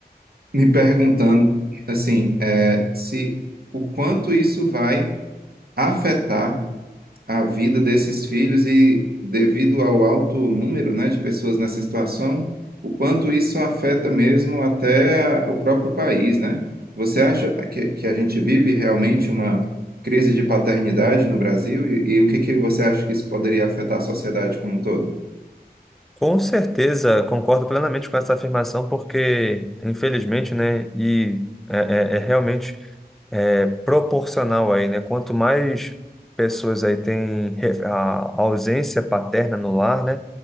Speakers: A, on the right; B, in the centre.
A: me perguntando, assim, é, se o quanto isso vai afetar a vida desses filhos e devido ao alto número, né, de pessoas nessa situação, o quanto isso afeta mesmo até a- o próprio país, né? Você acha que, que a gente vive realmente uma crise de paternidade no Brasil? E, e o que que você acha que isso poderia afetar a sociedade como um todo?
B: Com certeza, concordo plenamente com essa afirmação, porque, infelizmente, né, e é, é- é realmente é proporcional aí, né? Quanto mais pessoas aí têm re- a ausência paterna no lar, né?